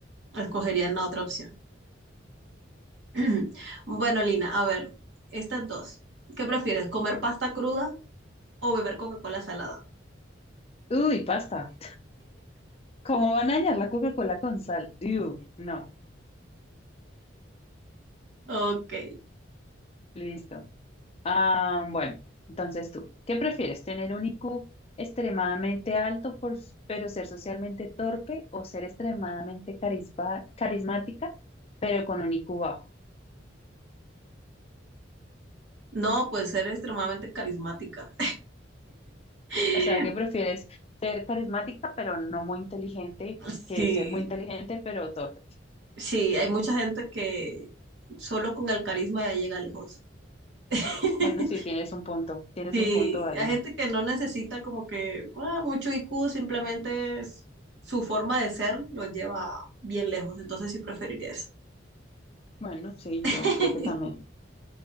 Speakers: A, on the right (about 65°); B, on the left (about 30°).
A: escogerían la otra opción. <clears throat> Bueno, Lina, a ver, estas dos. ¿Qué prefieres, comer pasta cruda o beber Coca-Cola salada?
B: Uy, pasta. ¿Cómo van a dañar la Coca-Cola con sal? Uy, no.
A: Ok.
B: Listo. Ah, bueno, entonces tú, ¿qué prefieres? ¿Tener un I Q extremadamente alto por, s- pero ser socialmente torpe o ser extremadamente carisma- carismática pero con un I Q bajo?
A: No, pues ser extremadamente carismática. <laughs>
B: O sea, ¿qué prefieres? ¿Ser carismática pero no muy inteligente
A: Sí,
B: que ser muy inteligente pero torpe?
A: sí, hay mucha gente que solo con el carisma ya llega lejos. <laughs>
B: Bueno, sí, tienes un punto, tienes
A: Sí,
B: un punto, vale.
A: hay gente que no necesita como que ah, mucho IQ, simplemente es- su forma de ser lo lleva bien lejos, entonces sí preferiría eso.
B: Bueno, sí,
A: <laughs>
B: yo creo que también.